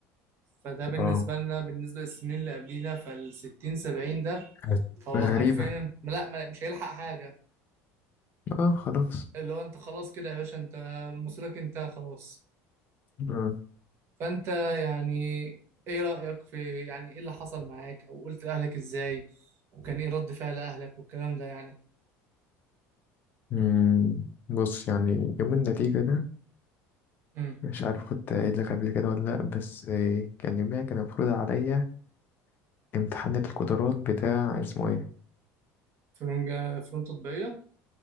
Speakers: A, on the right; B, on the left.
A: فده بالنسبة
B: اه
A: لنا بالنسبة للسنين اللي قبلينا فالستين سبعين ده
B: كانت
A: هو
B: غريبة
A: حرفيا لا ما- مش هيلحق حاجة
B: اه خلاص
A: اللي هو انت خلاص كده يا باشا انت مصيرك انتهى خلاص
B: آه.
A: فانت يعني ايه رأيك في يعني ايه اللي حصل معاك او قلت لأهلك ازاي وكان ايه رد فعل اهلك والكلام ده يعني
B: مم. بص يعني يوم النتيجة ده
A: امم
B: مش عارف كنت قايل لك قبل كده ولا لأ بس آه، كان يوميها كان المفروض عليا امتحان القدرات بتاع اسمه ايه
A: فنون جا- فنون تطبيقية